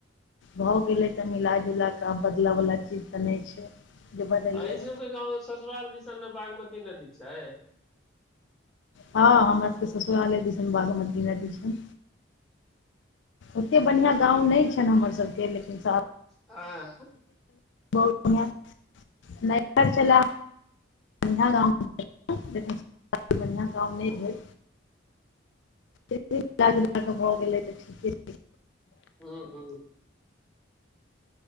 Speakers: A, on the left; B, in the centre.
A: भऽ गेलै तऽ मिलाजुल कऽ आब बदलै वला चीज तऽ नहि छै। जे बदलियै
B: अहीं सबके गाँव मे ससुराल दिसन ने बागमती नदी छै।
A: हँ हमरा सबके ससुरालज दिसन बागमती नदी छै। ओतेक बढ़िआँ गांव नहि छै ने हमरसभके लेकिन सा
B: एंह।
A: बहुत बढ़िआँ। <unintelligible> नहिहर छलए बँ गाँ। <unintelligible> बढ़िआँ गाम
B: ओ
A: नहि भेल। एतै मिला जुलाकऽ भऽ गेलै तऽ ठीके छै।
B: हू हू।